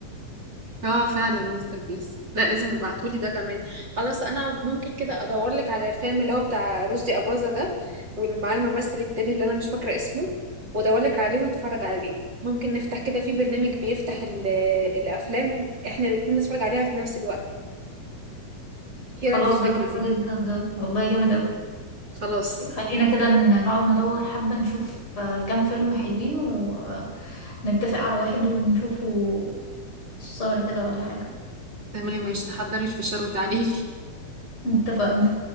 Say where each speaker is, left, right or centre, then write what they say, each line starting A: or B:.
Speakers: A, on the right; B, on the left.
A: اه فعلا مستر بيس لا لازم يبعتولي ده كمان خلاص انا ممكن كده ادور لك على الفيلم اللي هو بتاع رشدي اباظة ده والمع الممثل التاني اللي انا مش فاكره اسمه وادور لك عليه ونتفرج عليه ممكن نفتح كده في برنامج بيفتح ال- الافلام احنا الاتنين نتفرج عليها في نفس الوقت ايه
B: خلاص
A: رايك في الفكره
B: ده تحفه
A: دي
B: جدا ده والله جامد قوي
A: خلاص
B: خلينا كده ن- نقعد ندور حبه نشوف آه، كام فيلم حلوين ونتفق على واحد ونشوفه السهرة كده ولا حاجة
A: تمام مش تحضري الفشار وتعالي
B: اتفقنا